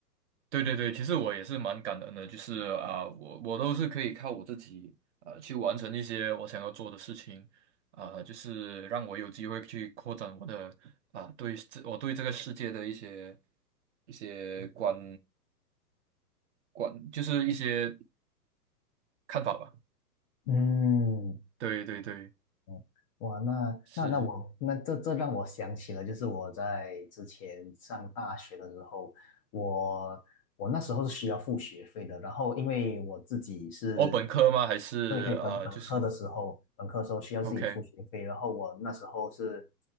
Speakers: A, on the right; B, on the left.
A: 对对对，其实我也是蛮感恩的，就是啊、我我都是可以靠我自己呃去完成一些我想要做的事情，啊、就是让我有机会去扩展我的啊、对这我对这个世界的一些一些观观，就是一些看法吧。
B: 嗯，
A: 对对对，
B: 哦哇，那那那我那这这让我想起了，
A: 是
B: 就是我在之前上大学的时候，我我那时候是需要付学费的，然后因为我自己是，
A: 我本科吗？还是啊，
B: 对对，本本科的时候，
A: 就是
B: 本科的时候需要自己付学费，
A: OK
B: 然后我那时候是